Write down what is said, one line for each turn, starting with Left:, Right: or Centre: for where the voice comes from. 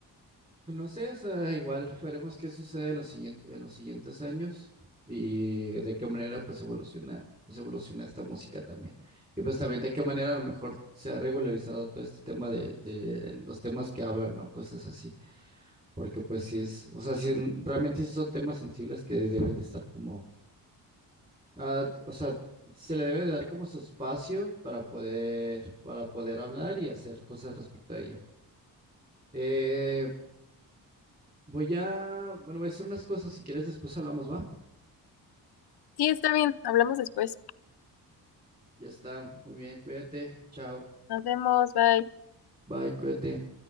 Right: No sé, o sea, igual veremos qué sucede en los siguientes, en los siguientes años y de qué manera pues evoluciona, pues evoluciona esta música también. Y pues también de qué manera a lo mejor se ha regularizado todo este tema de, de los temas que hablan, ¿no? Cosas así. Porque pues sí es, o sea, sí, en- realmente sí son temas sensibles que deben de estar como, ah, o sea, se le debe de dar como su espacio para poder, para poder hablar y hacer cosas respecto a ello. Eh, Voy a, bueno, voy a hacer unas cosas, si quieres después hablamos, ¿va?
Left: Sí, está bien, hablamos después.
Right: Ya está, muy bien, cuídate, chao,
Left: Nos vemos, bye.
Right: bye, cuídate.